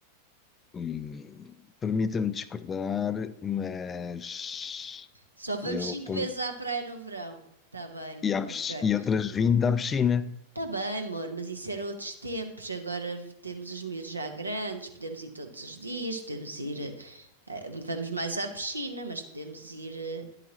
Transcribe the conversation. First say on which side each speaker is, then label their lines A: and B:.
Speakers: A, on the left; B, on the right.
A: Hum, Permita-me discordar, mas
B: Só vamos
A: eu
B: cinco
A: com-
B: vezes à praia no verão. Tá bem,
A: e, à
B: ok.
A: pis- e outras 20 à piscina.
B: Tá bem, amor, mas isso era outros tempos. Agora temos os miúdos já grandes, podemos ir todos os dias, podemos ir. eh, eh, vamos mais à piscina, mas podemos ir eh,